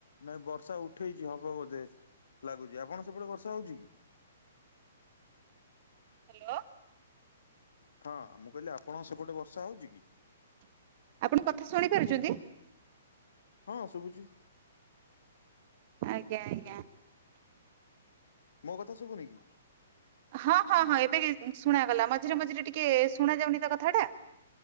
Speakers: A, on the left; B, on the right.
A: ନାଇଁ ବର୍ଷା ଉଠେଇଚି ହବ ବୋଧେ ଲାଗୁଚି ଆପଣ ସେପଟେ ବର୍ଷା ହଉଚି କି?
B: ହାଲୋ।
A: ହଁ ମୁଁ କହିଲି ଆପଣଙ୍କ ସେପଟେ ବର୍ଷା ହଉଚି କି?
B: ଆପଣ କଥା ଶୁଣି ପାରୁଚନ୍ତି?
A: ହଁ ଶୁବୁଚି।
B: ଆଜ୍ଞା ଆଜ୍ଞା।
A: ମୋ କଥା ଶୁବୁନି କି?
B: ହଁ ହଁ ହଁ ଏବେ କି ଶୁଣାଗଲା ମଝିରେ ମଝିରେ ଟିକେ ଶୁଣା ଯାଉନି ତ କଥାଟା।